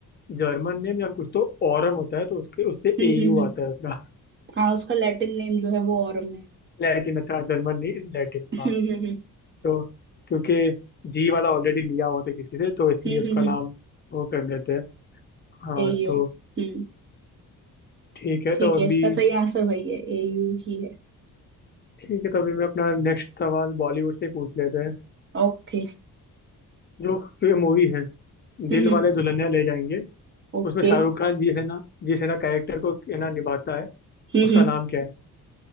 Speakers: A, on the left; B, on the right.
A: जर्मन नेम या कुछ तो ओरम होता है तो उसके उससे
B: हम्म
A: एयू
B: हम्म हम्म
A: आता है उसका
B: हाँ उसका लैटिन नेम जो है वो ऑरम है
A: लैटिन अच्छा जर्मन नहीं लैटिन
B: <laughs>
A: हाँ
B: हम्म हम्म
A: तो क्योंकि जी वाला ऑलरेडी लिया हुआ था किसी ने तो इसलिए
B: हम्म
A: उसका
B: हम्म
A: नाम
B: हम्म
A: वो कर देते हैं हाँ
B: एयू
A: तो
B: हम्म
A: ठीक है
B: ठीक
A: तो अभी
B: है इसका सही आंसर वही है एयू ही है
A: ठीक है तो अभी मैं अपना नेक्स्ट सवाल बॉलीवुड से ही पूछ लेते हैं
B: ओके
A: जो तो मूवी है
B: हम्म
A: दिल
B: हम्म
A: वाले दुल्हनिया ले जाएंगे
B: ओके
A: उसमें शाहरुख
B: हम्म
A: खान जी है ना जिस है ना कैरेक्टर को है ना निभाता है
B: okay,
A: उसका
B: हम्म,
A: नाम क्या है